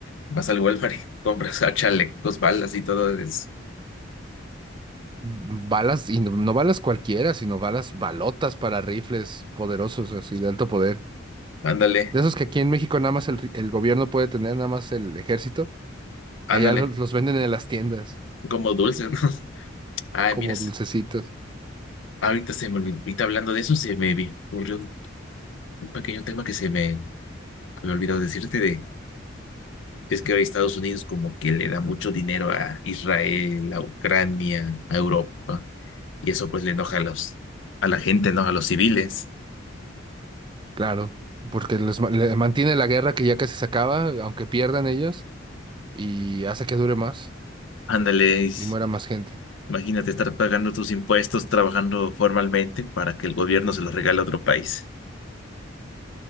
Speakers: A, on the left; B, on the right.
A: Vas al Walmart y <laughs> compras a chalecos, balas y todo eso.
B: Balas, y no, no balas cualquiera, sino balas balotas para rifles poderosos, así de alto poder.
A: Ándale,
B: De esos que aquí en México nada más el, ri- el gobierno puede tener, nada más el ejército.
A: ándale.
B: Allá los, los venden en las tiendas
A: Como dulce, ¿no? <laughs> Ay,
B: como
A: miras.
B: dulcecitos.
A: Ahorita se me olvidó. Ahorita hablando de eso, se me vi- ocurrió un, un pequeño tema que se me había olvidado decirte de. Es que ahora Estados Unidos como que le da mucho dinero a Israel, a Ucrania, a Europa. Y eso pues le enoja a los, a la gente, ¿no? A los civiles.
B: Claro, porque les, ma- le- mantiene la guerra que ya casi se acaba, aunque pierdan ellos. y hace que dure más
A: Ándale, y
B: y muera más gente.
A: imagínate estar pagando tus impuestos, trabajando formalmente para que el gobierno se los regale a otro país.